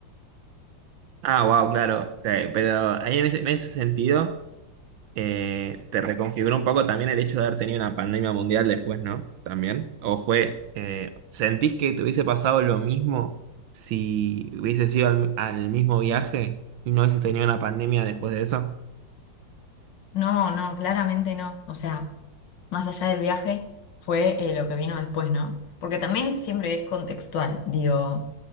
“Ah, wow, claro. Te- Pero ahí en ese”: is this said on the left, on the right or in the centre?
Right